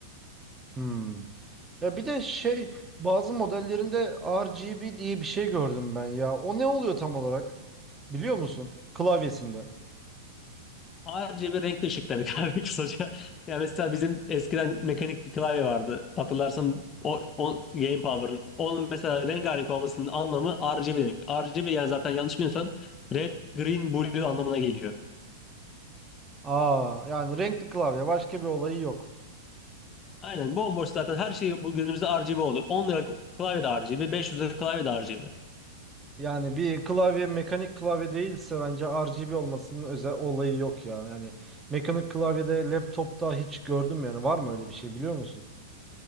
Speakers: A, on the right; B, on the left.
A: hmm. Ya bir de şey bazı modellerinde RGB diye bir şey gördüm ben ya o ne oluyor tam olarak biliyor musun klavyesinde
B: Ayrıca bir renkli ışık demek abi <laughs> kısaca. Ya mesela bizim eskiden mekanik bir klavye vardı. Hatırlarsan o, o Game Power'ın. Onun mesela rengarenk olmasının anlamı RGB demek. RGB yani zaten yanlış bilmiyorsan red, green, blue anlamına geliyor.
A: Aa, yani renkli klavye başka bir olayı yok.
B: Aynen bomboş zaten her şey bu günümüzde RGB oldu. 10 lira klavye de R G B, 500 lira klavye de RGB.
A: Yani bir klavye mekanik klavye değilse bence RGB olmasının özel olayı yok ya. Yani mekanik klavyede laptopta hiç gördüm yani var mı öyle bir şey biliyor musun?